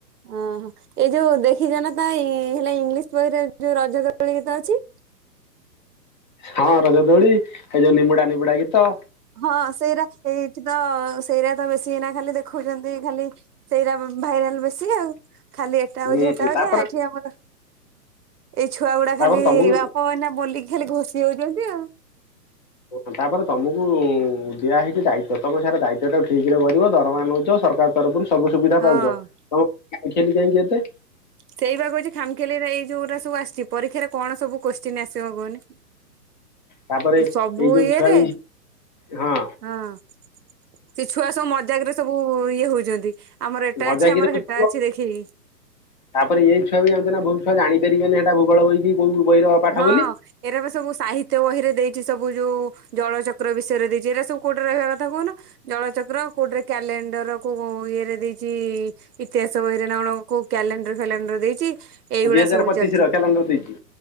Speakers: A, on the right; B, on the left.
A: ଓହୋ ଏଇ ଯୋଉ ଦେଖ ଦେଖି ଜଣ ତା ହେଲା ଇଂଲିଶ ବହିରେ ଯୋଉ ରଜ ଦୋଳି ଗୀତ ଅଛି।
B: ହଁ ରଜ ଦୋଳି ଏଇ ଯୋଉ ନିମୁଡ଼ା ନିମୁଡ଼ା ଗୀତ
A: ହଁ ସେଇଟା ଏଇଠ ତ ସେଇରା ତ ବେଶୀ ଏଇନା ଖାଲି ଦେଖଉଛନ୍ତି ଖାଲି ସେଇରା ଭାଇରାଲ ବେଶୀ ଆଉ ଖାଲି ଏଟା
B: ହୁଁ
A: ହଉଛି ହେଟା ହଉଛି
B: ତାପରେ
A: ଏଠି ଆମର ଏଇ ଛୁଆ ଗୁଡ଼ା
B: ତାପରେ
A: ଖାଲି
B: ତମକୁ
A: ବାପା ମନା ବଲିକି ଖାଲି ଘୋଷି ହଉଛନ୍ତି ଆଉ
B: ହ ତାପରେ ତମକୁ ଦିଆ ହେଇଛି ଦାୟିତ୍ବ ତମେ ସାରା ଦାୟିତ୍ଵ ଟା ଠିକ ରେ କରିବ ଦରମା ନଉଛ। ସରକାର ତରଫରୁ ସବୁ ସୁବିଧା
A: ହଁ।
B: ପାଉଛ ତମେ କାହିଁକି ଏତେ
A: ସେଇ ବା କ ହଉଛି ଖମଖିଆଲି ନେଇଯାଇଛି ଯୋଉଟା ସବୁ ଆ ପରୀକ୍ଷାରେ କଣ ସବୁ କଶ୍ଚିନ୍ ଆସିବ କହନି?
B: ତାପରେ
A: ସବୁ
B: ଏଇ ଯୋଉ
A: ଇଏରେ
B: ଛୁଆ ବି ହଁ
A: ହଁ ସେ ଛୁଆ ସବୁ ମଜାକ ରେ ସବୁ ଇଏ ହଉଛନ୍ତି। ଆମର ଏଟା
B: ମଜା
A: ଅଛି ଆମର
B: କିରେ
A: ହେଟା
B: ତାପରେ
A: ଅଛି ଦେଖେଇକି
B: ଏଇ ଛୁଆ ବି ଜାଣିଛ ନା ବହୁତ ଛୁଆ ଜାଣି ପାରିବେନି କି ହେଟା ଭୂଗୋଳ ବହି କି? କୋଉ ବହିର ପାଠ
A: ହଁ
B: ବୋଲି।
A: ଏରା ବି ସବୁ ସାହିତ୍ୟ ବହିରେ ଦେଇଛି। ସବୁ ଯୋଉ ଜଳଚକ୍ର ବିଷୟରେ ଦେଇଛି ଏରା ସବୁ କୋଉଠି ରହିବା କଥା କହୁନ ଜଳଚକ୍ର କୋଉଠରେ କ୍ୟାଲେ କ୍ୟାଲେଣ୍ଡର କୋଉ ଇଏରେ ଦେଇଛି ଇତିହାସ ବହିରେ ନା କଣ କ୍ୟାଲେଣ୍ଡର ଫ୍ୟାଲେଣ୍ଡର ଦେଇଛି। ଏଇଗୁଡ଼ା
B: ଦି ହଜାର
A: ସବୁ
B: ପଚିଶର
A: ଚାଲିଛି।
B: କ୍ୟାଲେଣ୍ଡର ଦେଇଛି।